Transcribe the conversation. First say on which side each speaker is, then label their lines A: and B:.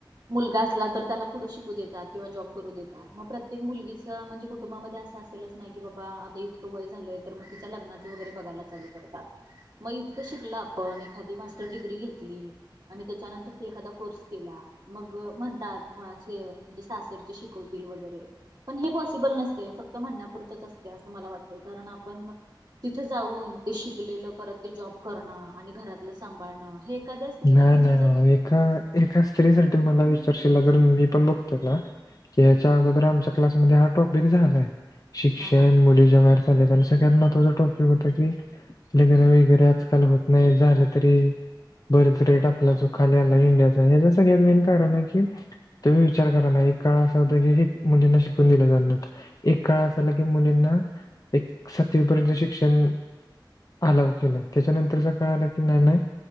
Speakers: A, on the right; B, on the left.
A: मुलगा असला तर त्याला पुढं शिकू देतात किंवा जॉब करू देतात मग प्रत्येक मुलगीचं म्हणजे कुटुंबामध्ये असं अस नाही की बाबा आता इतकं वय झालंय तर मग तिच्या लग्नाचं वगैरे बघायला चालू करतात. मग इतकं शिकलं आपण एखादी मास्टर डिग्री घेतली आणि त्याच्यानंतर ते एखादा कोर्स केला मग म्हणतात च सासरची शिकवतील वगैरे पण हे पॉसिबल नसते फक्त म्हणण्यापुरतंच असते असं मला वाटत कारण आपण तिथ जाऊन ते शिकलेलं परत ते जॉब करणं आणि घरातलं सांभाळणं हे एखाद्या स्त्रीला
B: नाही
A: म्हणजे
B: नाही
A: जर
B: एका एका स्त्री साठी मला विचारशीलील जर मी पण बघतोय ना. याच्या अगोदर आमच्या क्लासमध्ये हा टॉपिक झालाय, शिक्षण
A: हा हा
B: मुली ज सगळ्यात महत्वाच टॉपिक होत की लग्न वगैरे आजकाल होत नाही झालं तरी. बर्थ रेट आपला जो खाली आला इंडियाचा ह्याच्या सगळ्यात मेन कारण आहे की तुम्ही विचार करा ना एक काळ असा होता की मुलींना शिकून दिलं जात नव्हत एक काळ असला की मुलींना एक सातवीपर्यंत शिक्षण अलाव केलय त्याच्यानंतरचा काळ आला की नाही नाही